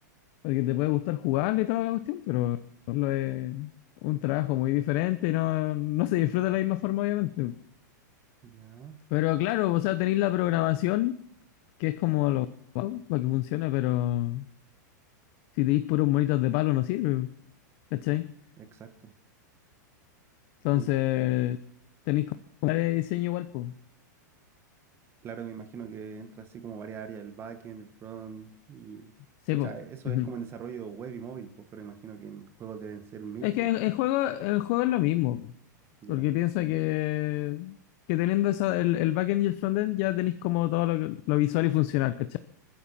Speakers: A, on the left; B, on the right.
A: Porque te puede gustar jugarle y toda la cuestión, pero lo es un trabajo muy diferente y no, no se disfruta de la misma forma, obviamente.
B: Ya,
A: Pero claro, o sea, tenéis la programación, que es como lo básico para que funcione, pero si tenéis puros monitos de palo no sirve, ¿cachai?
B: ex- exacto.
A: Entonces,
B: Sí, pues,
A: tenéis que comprar el diseño igual, pues.
B: claro, me imagino que entra así como varias áreas, el backend, el front, y
A: Sí,
B: pucha,
A: po.
B: eso
A: Ujú.
B: es como en desarrollo web y móvil, pues, pero imagino que en juegos deben ser mil.
A: Es que el, el juego, el juego es lo mismo,
B: Ya,
A: porque piensa que, que teniendo esa, el, el backend y el frontend ya tenéis como todo lo, que- lo visual y funcional, ¿cachai?